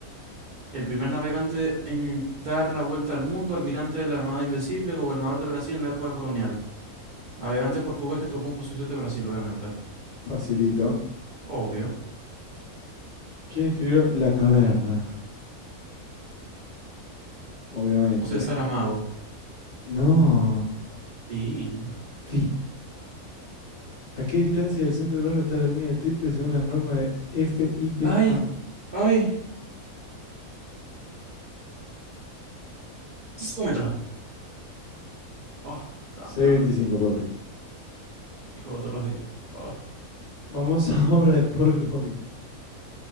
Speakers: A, on the right; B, on the left.
A: El primer navegante en dar la vuelta al mundo, almirante de la Armada Invencible, gobernador de Brasil en la época colonial. Navegante portugués que tomó posición de Brasil, obviamente.
B: Facilito.
A: Obvio.
B: ¿Quién escribió La Caverna? Obviamente.
A: José Saramago.
B: No.
A: Y...
B: Sí. ¿A qué distancia del centro del aro está la línea de triple según las normas de FIBA?
A: ¡Ay! ¡Ay! Súmetra. ¡Oh, la
B: Seiscientos
A: madre!
B: veinticinco, papi.
A: Hijo de todos los días. Oh.
B: Famosa <laughs> obra de Paul Gauguin.